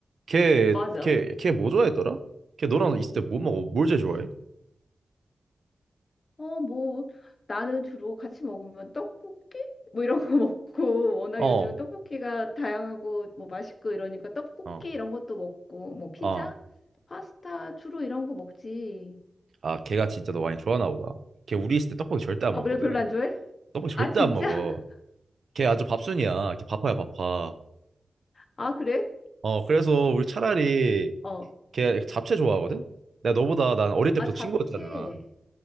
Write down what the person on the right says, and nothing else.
걔,
걔, 걔 뭐 좋아했더라? 걔 너랑 있을 때 뭐 먹어? 뭘 제일 좋아해?
어,
어,
어.
아, 걔가 진짜 너 많이 좋아하나 보다. 걔 우리 있을 때 떡볶이 절대 안
먹거든.
떡볶이 절대
안 먹어.
걔 아주 밥순이야. 걔 바빠야 바빠.
어, 그래서 우리 차라리
걔 잡채 좋아하거든? 내가 너보다 난 어릴 때부터
친구였잖아.